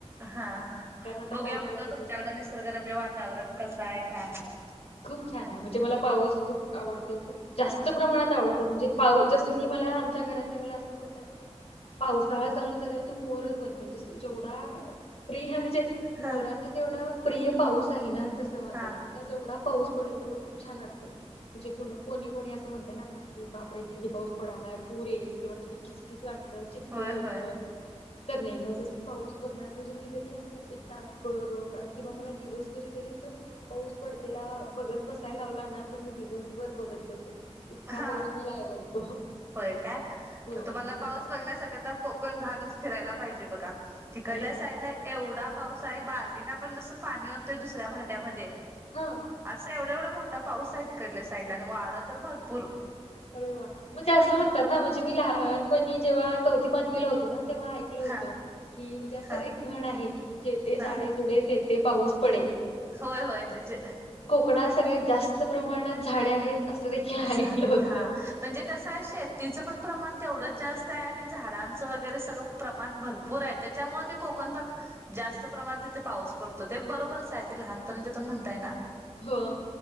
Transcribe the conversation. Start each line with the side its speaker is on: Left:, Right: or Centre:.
Right: ह
Left: कारण आता
Right: बघूया
Left: पावसाचे
Right: म्हटल
Left: दिवस
Right: तुमच्या कड निसर्गगरम्य वातावरण कस आहे काय हाय?
Left: खूप छान आहे म्हणजे मला पाऊस खूप आवडतो खूप जास्त प्रमाणात आवडतो म्हणजे पाऊ जसं की मला आमच्या घरातले मला असं बोलतात पावसाळा चालू झाल्यावर तू मोरच बनते जस जेवढा प्रिय ह म्हणजे मोराला
Right: ह
Left: तेवढा प्रिय पाऊस आहे ना तसं माझं
Right: हा
Left: आहे मला जेवढा पाऊस पडेल तेवढं खूप छान वाटते. म्हणजे को कोणी कोणी असं म्हणत ना कि बापरे किती पाऊस पडालाय, पूर येईल किंवा किती किचकीच वाटतं, चिक्कल
Right: होय
Left: होतं
Right: होय
Left: तर नाही. माझ असं पाऊस बघणार, म्हणजे मी जरी असं एक तास भर, दोन तास किंवा मला दिवसभरी जरी अस पाऊस पडत तेला बघत बसायला लावला ना, तर मी दिवसभर बघत बसेल. इतका
Right: हा
Left: पाऊस मला आवडतो
Right: होय काय?
Left: हो.
Right: म तुम्हाला पाऊस बघण्यासाठी आता, कोकण भागच फिरायला पाहिजे. बघा तिकडल्या
Left: अरे
Right: साईडला
Left: वा!
Right: एवढा पाऊस आहे बार्डीना पण, जसं पाणी ओततोय दुसऱ्या भांड्यामध्ये.
Left: हा.
Right: असं एवढा एवढा मोठा पाऊस आहे तिकडल्या साईडला, आणि वारं तर भरपूर.
Left: अरे वा. म्हणजे असं म्हणतात ना म्हणजे मी लहानपणी जेव्हा चौथी पाचवीला होतो ना तेव्हा ऐक कर होत
Right: हा
Left: की, म्हणजे असं
Right: हा
Left: एक म्हण आहे की जेथे झाडे
Right: हा
Left: झुडे तेथे पाऊस पडे.
Right: होय होय तिजे.
Left: कोंकणात सगळ्यांत जास्त प्रमाणांत झाडें आहेत, असं देखील
Right: झाडे
Left: ऐकलं होतं.
Right: हा म्हणजे कसं आहे, शेतीचं पण प्रमाण तेवढंच जास्त आहे आणि झाडांचं वगैरे सगळं प्रमाण भरपूर आहे. त्याच्यामुळे ते कोंकण भाग जास्त प्रमाणांत तिथे पाऊस पडतो. ते बरोबरच आहे, ते लहानपणी जे तुम्ही म्हणताय ना.
Left: हो,